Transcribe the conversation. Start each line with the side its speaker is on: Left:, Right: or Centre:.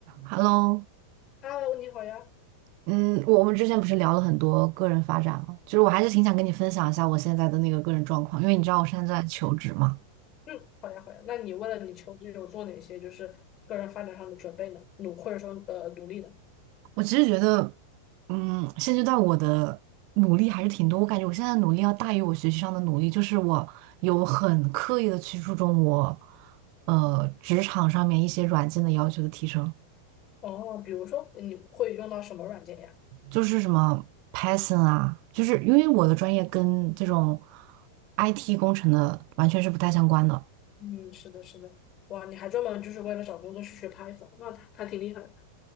Right: Hello，
Left: Hello，你好呀。
Right: 嗯，我我们之前不是聊了很多个人发展吗？就是我还是挺想跟你分享一下我现在的那个个人状况，因为你知道我现在在求职嘛。
Left: 嗯，好呀，好呀。那你为了你求职有做哪些就是个人发展上的准备呢？努或者说呃努力呢？
Right: 我其实觉得，嗯，现阶段我的努力还是挺多，我感觉我现在的努力要大于我学习上的努力，就是我有很刻意的去注重我，呃，职场上面一些软件的要求的提升，
Left: 哦，比如说你会用到什么软件呀？
Right: 就是什么 Python 啊，就是因为我的专业跟这种 IT 工程的完全是不太相关的。
Left: 嗯，是的，是的。哇，你还专门就是为了找工作去学 Python，那他他挺厉害的。